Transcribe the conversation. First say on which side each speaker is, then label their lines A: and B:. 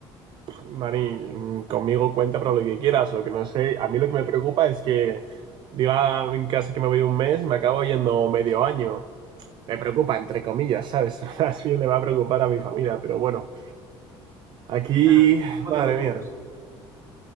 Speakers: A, on the right; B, on the right.
A: Mani, conmigo cuenta para lo que quieras. Lo que no sé, a mí lo que me preocupa es que diga en casa que me voy un mes y me acabo yendo medio año. me preocupa, entre comillas, ¿sabes? <laughs> Así le va a preocupar a mi familia, pero bueno, aquí,
B: Nada, no
A: madre
B: te preocupes.
A: mía.